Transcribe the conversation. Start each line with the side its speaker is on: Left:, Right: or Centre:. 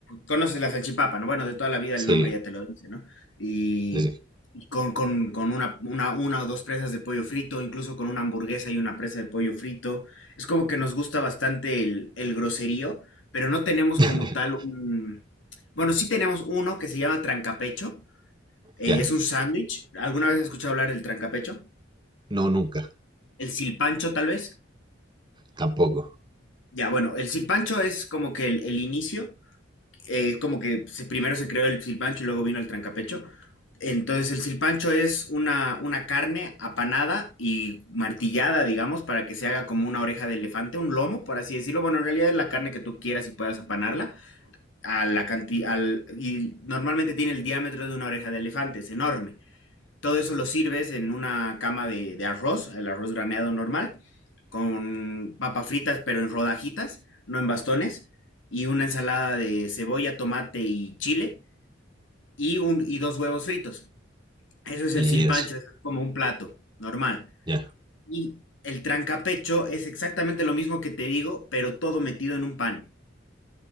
Left: Conoces la salchipapa, ¿no? Bueno, de toda la vida
Right: Sí,
Left: el nombre ya te lo dice, ¿no? Y,
Right: sí, sí.
Left: y con, con, con una, una, una o dos presas de pollo frito, incluso con una hamburguesa y una presa de pollo frito. Es como que nos gusta bastante el, el groserío, pero no tenemos
Right: <laughs>
Left: como tal un... Bueno, sí tenemos uno que se llama trancapecho. eh,
Right: Ya,
Left: es un sándwich. ¿Alguna vez has escuchado hablar del trancapecho?
Right: no, nunca,
Left: El silpancho, tal vez.
Right: tampoco.
Left: Ya, bueno, el silpancho es como que el, el inicio, eh, es como que se- primero se creó el silpancho y luego vino el trancapecho. Entonces el silpancho es una, una carne apanada y martillada, digamos, para que se haga como una oreja de elefante, un lomo, por así decirlo. Bueno, en realidad es la carne que tú quieras y puedas apanarla. A la canti- al, y normalmente tiene el diámetro de una oreja de elefante, es enorme. Todo eso lo sirves en una cama de, de arroz, el arroz graneado normal, con papas fritas, pero en rodajitas, no en bastones, y una ensalada de cebolla, tomate y chile, y, un, y dos huevos fritos. Eso es
Right: Mira
Left: el silpancho,
Right: eso,
Left: es como un plato normal.
Right: ya.
Left: Y el trancapecho es exactamente lo mismo que te digo, pero todo metido en un pan.